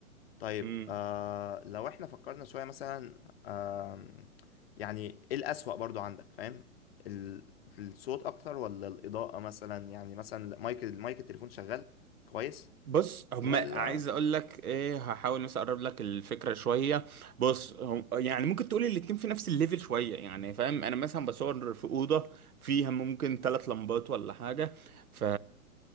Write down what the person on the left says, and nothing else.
طيب
آه لو احنا فكرنا شويه مثلا آم، يعني ايه الاسوأ برضو عندك فاهم ال- الصوت اكتر ولا الاضاءه مثلا يعني مثلا مايك المايك التليفون شغال كويس
ولا